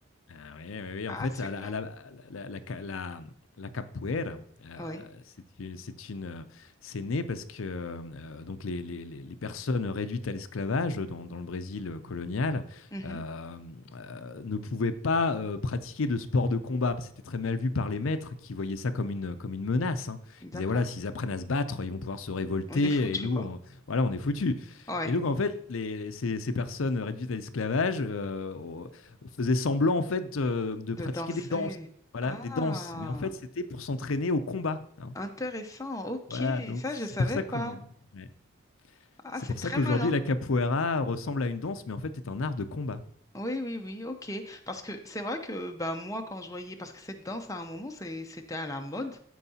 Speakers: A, on the left; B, on the left.
A: ah oui, oui, oui.
B: Ah,
A: En fait,
B: super.
A: à la, à la- la- la- la- la- la capoeira, euh,
B: Oui.
A: c'est une, c'est une, euh, c'est né parce que euh, donc les, les- les- les personnes réduites à l'esclavage dans, dans le Brésil colonial
B: Mhm.
A: euh, euh, ne pouvaient pas euh, pratiquer de sport de combat. C'était très mal vu par les maîtres qui voyaient ça comme une, comme une menace. hein.
B: D'accord.
A: Ils disaient, voilà, s'ils apprennent à se battre, ils vont pouvoir se révolter
B: On est foutu,
A: et nous,
B: quoi.
A: on- voilà, on est foutus.
B: Ouais,
A: Et donc, en fait, les, ces, ces personnes réduites à l'esclavage, euh, faisait semblant en fait de, de
B: De
A: pratiquer
B: danser.
A: des danses, voilà,
B: Ah,
A: des danses. Mais en fait, c'était pour s'entraîner au combat. hein.
B: intéressant. Ok,
A: Voilà, donc
B: ça,
A: c'est
B: je savais
A: pour ça
B: pas.
A: que ouais.
B: Ah,
A: c'est
B: c'est
A: pour
B: très
A: ça qu'aujourd'hui
B: malin.
A: la capoeira ressemble à une danse, mais en fait est un art de combat.
B: Oui, oui, oui, ok. Parce que c'est vrai que bah, moi, quand je voyais, parce que cette danse, à un moment, c'est- c'était à la mode